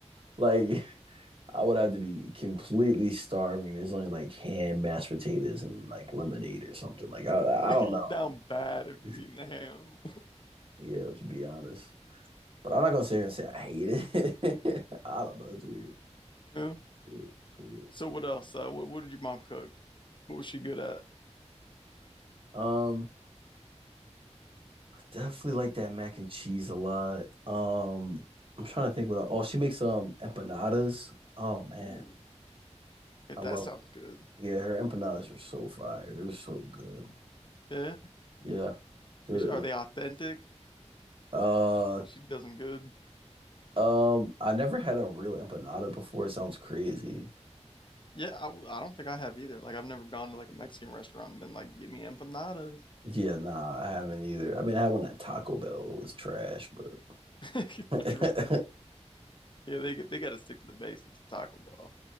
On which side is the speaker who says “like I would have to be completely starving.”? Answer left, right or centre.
Right